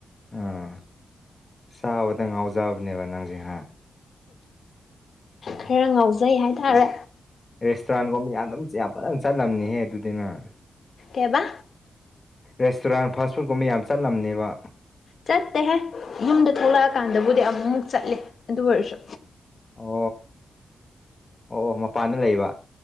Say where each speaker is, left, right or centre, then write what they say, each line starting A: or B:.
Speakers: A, on the left; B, on the left.
A: ꯎꯝ ꯆꯥꯕꯗ ꯉꯥꯎꯖꯕꯅꯦꯕ ꯅꯪꯁꯤ ꯍꯥ
B: ꯈꯔ ꯉꯥꯎꯖꯩ ꯍꯥꯏꯇꯥꯔꯦ
A: ꯔꯦꯁꯇꯨꯔꯥꯟꯒꯨꯝꯕ ꯌꯥꯝ ꯑꯗꯨꯝ ꯌꯥꯝ ꯐꯖꯅ ꯆꯠꯂꯝꯅꯤꯍꯦ ꯑꯗꯨꯗꯤ ꯅꯪ
B: ꯀꯩꯕꯥ
A: ꯔꯦꯁꯇꯨꯔꯥꯟ ꯐꯥꯁ ꯐꯨꯠ ꯀꯨꯝꯕ ꯌꯥꯝ ꯆꯠꯂꯝꯅꯦꯕ
B: ꯆꯠꯇꯦꯍꯦ ꯌꯨꯝꯗ ꯊꯣꯛꯂꯛꯑꯀꯥꯟꯗꯕꯨꯗꯤ ꯑꯃꯨꯛꯃꯨꯛ ꯆꯠꯂꯦ ꯑꯗꯨ ꯑꯣꯏꯔꯁꯨ
A: ꯑꯣ ꯑꯣ ꯑꯣ ꯃꯄꯥꯟꯗ ꯂꯩꯕ